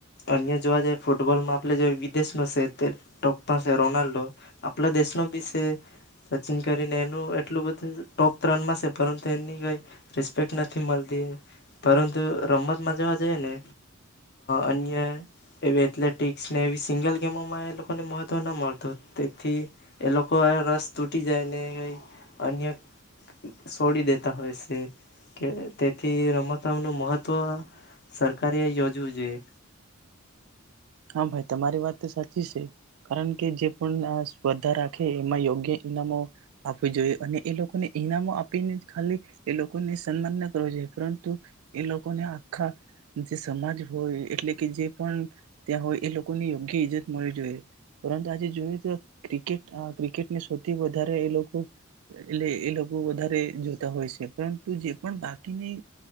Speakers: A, on the left; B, on the right.
A: અન્ય જોવા જઈ ફૂટબોલમાં આપણે જે વિદેશનો છે તે ટોપમાં છે રોનાલ્ડો આપણા દેશનો બી છે સચિન કરીને એનું એટલું બધું ટોપ ત્રણમાં છે પરંતુ એની કઈ રિસ્પેક્ટ નથી મળતી પરંતુ રમતમાં જવા જઈ ને અન્ય એવી એથ્લેટિક્સ ને એવી સિંગલ ગેમોમાં એ લોકોને મહત્વ ના મળતું તેથી એ લોકો રસ તૂટી જાયને ક અન્ય સોડી દેતા હોય છે. કે તેથી રમતમ નું મહત્વ સરકારે યોજવું જોઈએ.
B: હા ભાઈ તમારી વાત તો સાચ છે કારણ કે જે પણ આ સ્પર્ધા રાખે એમાં યોગ્ય ઈનામો આપું જોઈએ અને એ લોકોને ઈનામો આપીને જ ખાલી એ લોકોને સન્માન ના કરવું જોઈએ પરંતુ એ લોકોને આખા જે સમાજ હોય એટલે કે જે પણ ત્યાં હોય એ લોકોની યોગ્ય ઈજ્જત મળવી જોઈએ પરંતુ આજે જોઈએ તો ક્રિકેટ અ ક્રિકેટને સૌથી વધારે એ લોકો એટલે એ લોકો વધારે જોતા હોય છે પરંતુ જે પણ બાકીની